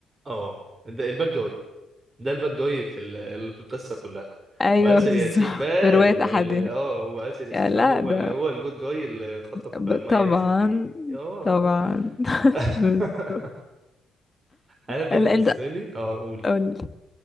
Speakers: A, on the right; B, on the left.
A: اه ده الباد جوي ده الباد جاي في ال- ال- في القصه كلها
B: ايوه
A: واسر
B: بالظبط
A: ياسين بقى
B: برواية
A: ال- ال-
B: احدهم
A: اه هو اسر ياسين
B: يا لا
A: بقى هو
B: ده
A: ال- هو الجود جاي اللي خطف
B: ب-
A: مي
B: طبعا
A: عز الدين اه
B: طبعا
A: آه. <laughs>
B: بالظبط
A: انا بالنسبه
B: لا انت
A: لي اه قولي
B: قول